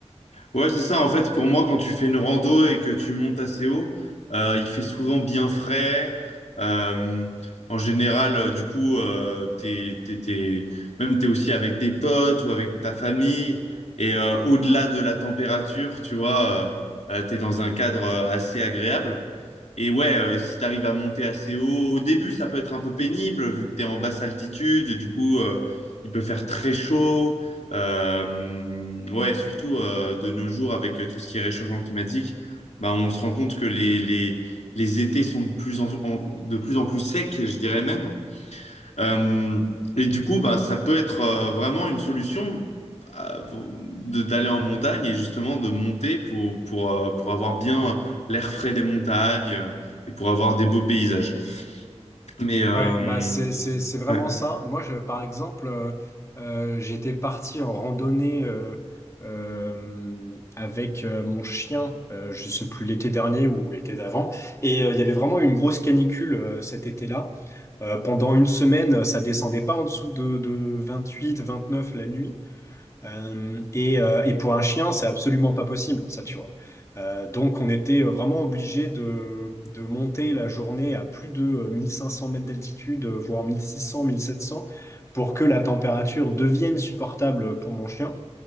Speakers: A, on the left; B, on the left.
A: Ouais, c'est ça. En fait, pour moi, quand tu fais une rando et que tu montes assez haut, euh, il fait souvent bien frais. Euh, en général, euh, du coup, euh, t'es, t'es, t'es- même t'es aussi avec tes potes ou avec ta famille. Et euh, au-delà de la température, tu vois, euh, euh, t'es dans un cadre euh, assez agréable. Et ouais, euh, si tu arrives à monter assez haut, au début, ça peut être un peu pénible vu que tu es en basse altitude. Du coup, euh, il peut faire très chaud. Euh, ouais, surtout euh, de nos jours, avec euh, tout ce qui est réchauffement climatique, bah, on se rend compte que les, les, les étés sont de plus en, en- de plus en plus secs, je dirais même. Euh, et du coup, bah, ça peut être euh, vraiment une solution à- de- d'aller en montagne et justement de monter pour, pour, euh, pour avoir bien l'air frais des montagnes euh, et pour avoir des beaux paysages. Mais euh,
B: Ouais, bah, c'est, c'est, c'est vraiment
A: ouais.
B: ça. Moi, je, par exemple, euh, euh, j'étais parti en randonnée euh, euh, avec euh, mon chien, euh, je sais plus, l'été dernier ou l'été d'avant. Et euh, il y avait vraiment une grosse canicule euh, cet été-là. Euh, pendant une semaine, euh, ça descendait pas en dessous de, de 28, 29 la nuit. Euh, et, euh, et pour un chien, c'est absolument pas possible, ça, tu vois. Euh, donc, on était euh, vraiment obligé de, de monter la journée à plus de euh, 1500 mètres d'altitude, euh, voire 1600, 1700, pour que la température devienne supportable pour mon chien